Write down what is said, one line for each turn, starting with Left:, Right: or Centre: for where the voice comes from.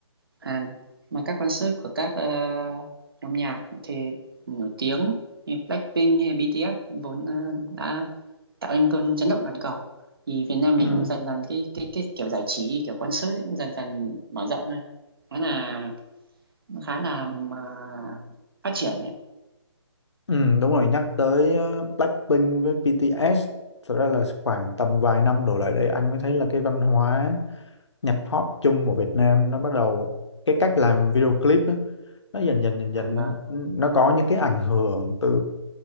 Right: Hàn mà các concert của các ờ, nhóm nhạc thì nổi tiếng như Blackpink hay BTS vốn ờ, đã tạo nên cơn chấn động toàn cầu thì Việt Nam mình
Left: ừ
Right: cũng dần dần cái cái cái kiểu giải trí kiểu concert ấy cũng dần dần mở rộng ra khá là khá là mà phát triển ấy.
Left: ừ đúng rồi nhắc tới ờ, Blackpink với BTS thật ra là khoảng tầm vài năm đổ lại đây anh mới thấy là cái văn hóa nhạc pop chung của Việt Nam nó bắt đầu cái cách làm video clip á, nó dần dần dần dần
Right: À, vâng
Left: nó có những cái ảnh hưởng từ